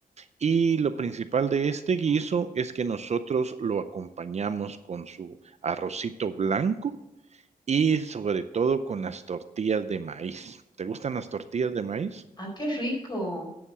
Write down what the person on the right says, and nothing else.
Y lo principal de este guiso es que nosotros lo acompañamos con su arrocito blanco y sobre todo con las tortillas de maíz. ¿Te gustan las tortillas de maíz?